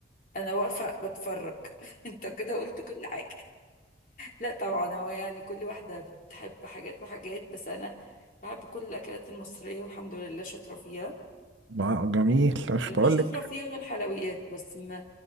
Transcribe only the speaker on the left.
انا واقفة بتفرج <laughs> انت كده قلت كل حاجة لا طبعا هو يعني كل واحدة بتحب حاجات وحاجات بس انا بحب كل الاكلات المصرية والحمد لله شاطرة فيها
و-
اللي
مش شاطرة فيها هو الحلويات بس ما